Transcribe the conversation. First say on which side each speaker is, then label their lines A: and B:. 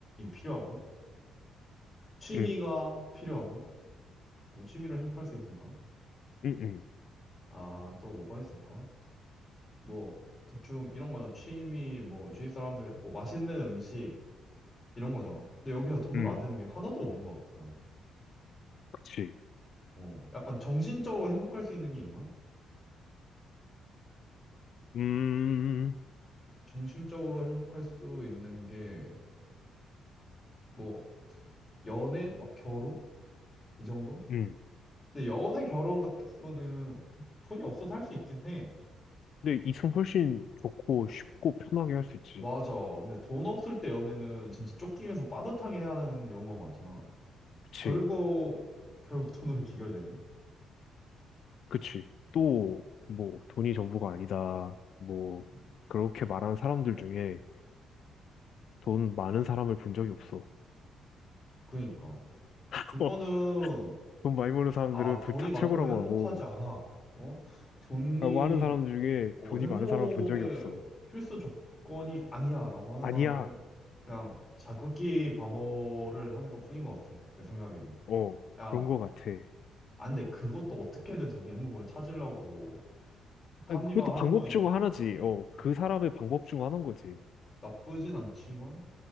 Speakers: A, on the left; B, on the left.
A: 필요하고 취미가
B: 응,
A: 필요하고 뭐 취미로 행복할 수 있을까?
B: 응, 응,
A: 아, 또 뭐가 있을까? 뭐 대충 이런 거잖아. 취미 뭐 주위 사람들 뭐 맛있는 음식 이런 거잖아. 근데 여기서 돈으로
B: 응,
A: 안 되는 게 하나도 없는 것 같아 나는.
B: 그치.
A: 어, 약간 정신적으로 행복할 수 있는 게 있나?
B: 음,
A: 정신적으로 행복할 수 있는 게 뭐 연애 막 결혼 이 정도?
B: 응.
A: 근데 연애 결혼 같은 거는 돈이 없어도 할 수 있긴 해.
B: 근데 이승 훨씬 좋고 쉽고 편하게 할 수 있지.
A: 맞아. 근데 돈 없을 때 연애는 진짜 쫓기면서 빠듯하게 해야 되는 경우가 많잖아.
B: 그치,
A: 결국 결국 돈으로 <laughs> 귀결되네.
B: 그치.
A: 어,
B: 또, 뭐, 돈이 전부가 아니다. 뭐,
A: 음.
B: 그렇게 말하는 사람들 중에 돈 많은 사람을 본 적이 없어.
A: 그니까.
B: <laughs>
A: 그거는,
B: 돈 많이 버는 사람들은
A: 아,
B: 돈
A: 돈이
B: 다
A: 많다고
B: 최고라고
A: 행복하지
B: 하고,
A: 않아. 어? 돈이,
B: 라고 하는 사람 중에
A: 어,
B: 돈이
A: 행복의
B: 많은 사람을 본 적이 없어.
A: 필수 조건이 아니야. 라고 하는
B: 아니야.
A: 사람들은 그냥 자극기 방어를 하는 것 뿐인 것 같아. 내 생각에는.
B: 어,
A: 그냥,
B: 그런 것 같아.
A: 아, 근데 그것도 어떻게든 자기 행복을 찾으려고 합리화하는
B: 아니, 그것도 방법
A: 거니까.
B: 중 하나지.
A: 어,
B: 어,
A: 그러니까.
B: 그 사람의 방법 중 하나인 거지.
A: 나쁘진 않지만,